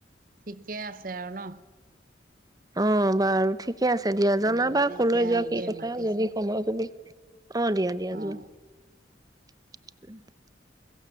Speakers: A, on the right; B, on the right.
A: ঠিকে আছে আৰু ন?
B: অ বাৰু ঠি ঠিকে আছে দিয়া জনাবা
A: মোৰ মানে
B: কলৈ
A: এতিয়া
B: যোৱা কি
A: এই
B: কথা
A: মাতিছে
B: যদি সময় কমি অ দিয়া-দিয়া
A: অ'।
B: যোৱা। উম <unintelligible>